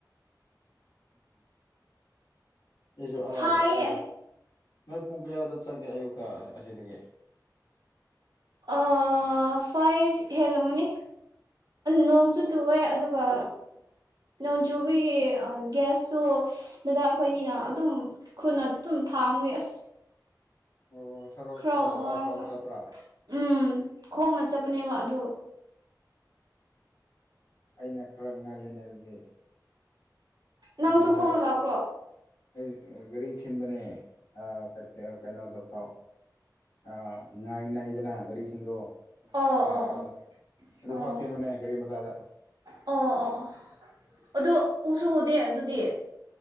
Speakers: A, on the left (about 85°); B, on the right (about 70°).
A: ꯎꯝ ꯌꯦꯁꯨ
B: ꯁꯥꯏꯌꯦ
A: ꯑꯗ ꯑꯗ ꯅꯣꯏ ꯄꯨꯡ ꯀꯌꯥꯗ ꯆꯠꯒꯦ ꯑꯌꯨꯛꯀ ꯑꯁꯤꯗꯒꯤ꯫
B: ꯑꯥ ꯐꯥꯏꯚ ꯍꯦꯜꯂꯝꯃꯨꯅꯤ ꯅꯣꯡꯁꯨꯨ ꯆꯨꯋꯦ ꯑꯗꯨꯒ ꯅꯣꯡ ꯆꯨꯕꯒꯤ ꯑ ꯒ꯭ꯌꯥꯁꯁꯨ ꯗꯗꯥ ꯑꯩꯈꯣꯏꯅꯤꯅ ꯑꯗꯨꯝ ꯈꯨꯅ ꯑꯗꯨꯝ ꯊꯥꯡꯃꯒꯤ ꯑꯁ
A: <inaudible>
B: ꯈ꯭ꯔ
A: ꯑꯥ
B: ꯋꯥꯌꯦꯕꯥ
A: ꯐꯥꯎ ꯆꯠꯄ꯭ꯔꯥ
B: ꯎꯝ꯫ ꯈꯣꯡꯅ ꯆꯠꯄꯅꯦꯕ ꯑꯗꯨ꯫
A: ꯑꯩꯅ ꯈꯔ ꯉꯜꯂꯤꯅꯦ ꯑꯗꯨꯗꯤ꯫
B: ꯅꯪꯁꯨ
A: ꯑꯩꯁꯨ ꯉꯁꯥꯏ
B: ꯈꯣꯡꯅ ꯂꯥꯛꯄ꯭ꯔꯣ꯫
A: ꯑꯩ ꯒꯥꯔꯤ ꯊꯤꯟꯕꯅꯦ ꯑꯥ ꯀꯩꯊꯦꯜ ꯀꯩꯅꯣꯗꯐꯥꯎ ꯑꯥ ꯉꯥꯏ ꯅꯥꯏꯗꯅ ꯒꯥꯔꯤꯁꯤꯡꯗꯣ
B: ꯑꯣ
A: ꯑꯥ
B: ꯑꯣ ꯑꯣ
A: ꯑꯥꯗ ꯑꯗꯨ
B: ꯑꯣ
A: ꯐꯥꯎ ꯊꯦꯡꯕꯅꯦ ꯒꯥꯔꯤ ꯃꯆꯥꯥꯗ꯫
B: ꯑꯣ ꯑꯣ ꯑꯣ ꯑꯗꯨ ꯎꯁꯨ ꯎꯗꯦ ꯑꯗꯨꯗꯤ꯫